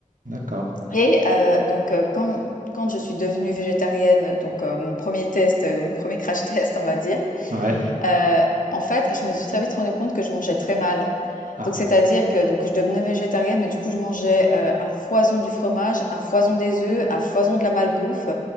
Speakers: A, on the right; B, on the left.
A: d'accord.
B: Et heu, donc heu, quand quand je suis devenue végétarienne, donc heu, mon premier test, heu, mon premier crash <laughs> test, on va dire,
A: Ouais.
B: heu, en fait, je me suis très vite rendue compte que je mangeais très mal.
A: Ah.
B: Donc c'est-à-dire que donc je devenais végétarienne, mais du coup, je mangeais, heu, à foison du fromage, à foison des œufs, à foison de la malbouffe.